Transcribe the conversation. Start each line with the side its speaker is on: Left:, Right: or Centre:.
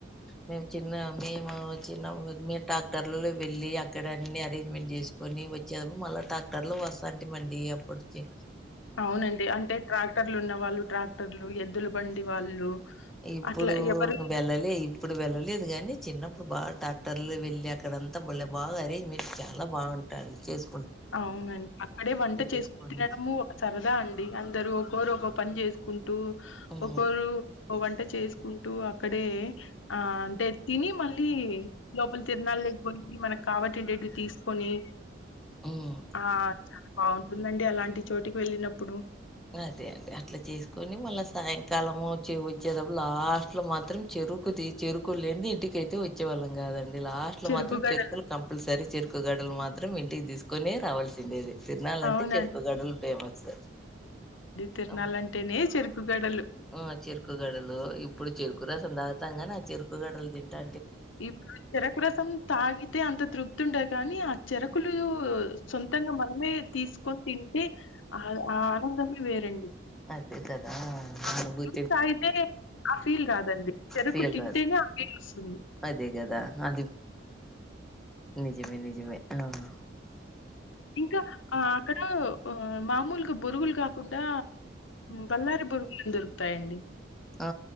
Centre: మేము చిన్న మేము చిన్నప్పుడు మేం ట్రాక్టర్లు వెళ్ళి అక్కడ అన్ని అరేంజ్మెంట్ జేసుకొని వచ్చారు మళ్ళ టాక్టర్లు అస్సంటి మళ్ళీ ఎప్పుడు చే
Left: అవునండి అంటే ట్రాక్టర్లున్నవాళ్ళు ట్రాక్ట ర్లు ఎద్దుల బండి వాళ్ళు
Centre: ఇప్పుడు
Left: అట్ల ఎవ్వరు
Centre: వెళ్ళలే ఇప్పుడు వెళ్ళలేదు గాని చిన్నప్పుడు బాగ టాక్టర్లు వెళ్ళ అక్కడంత భలే బాగ అరేంజ్మెంట్ చాలా బాగు టన్ చేస్
Left: అవునండి అక్కడే వంట చేసుకుని
Centre: చేసుకొని
Left: తినడము ఒక సరదా అండి అందరూ ఒకోరు ఒకో పన్జేసు కుంటూ
Centre: ఉమ్
Left: ఒకరు వంట చేసుకుంటూ అక్కడే ఆ అంటె తిని మళ్ళీ లోపల తిరనాల్లక్ పొయ్యి మనకు కాబట్టేటియి తీసుకొని
Centre: ఉమ్
Left: ఆ చాలా బావుంటుందండి అలాంటి చోటికి వెళ్ళినప్పుడు
Centre: అదే అండి అట్ల జేసుకొని మళ్ళ సాయంకాలమూ చె వచ్చే లాస్ట్లో మాత్రం చెరుకుది చెరుకు లేన్ది ఇంటికైతే వచ్చేవాళ్ళంగాదు లాస్ట్
Left: చెరుకు
Centre: లో మాత్రం
Left: గడలు
Centre: చెరుకులు కంపల్సరి చెరుకు గడలు మాత్రం ఇంటికి దీసుకొనే రావాల్సిండేది తిరునాళ్లంటే
Left: అవునండి.
Centre: చెరుకు గడులు ఫేమస్
Left: తిరునాళ్లంటేనే
Centre: కం
Left: చెరుకు గడలు
Centre: ఆ చెరుకు గడలూ ఇప్పుడు చెరుకు రసం తాగుతంగని ఆ చెరుకు గడలు దింటా
Left: ఇప్పుడు చెరకు రసం తాగితే అంత తృప్తుంటది కానీ ఆ చెరు కులూ సొంతంగ మనమే తీసుకొన్ తింటే ఆ ఆ ఆనందమే వేరండి
Centre: అదే కదా <unintelligible>
Left: మనం జ్యూస్ తాగితే ఆ ఫీల్ రాదండి చెరకు
Centre: ఫీల్
Left: తింటేనే
Centre: రాదు.
Left: ఆ ఫీల్ వస్తుంది
Centre: అదే కదా అది నిజమే నిజమే ఆ!
Left: ఇంకా ఆ అక్కడ మామూలుగా బోరుగులు కాకుండా బల్లారి బొరుగులు అని దొరుకుతాయండి
Centre: ఆ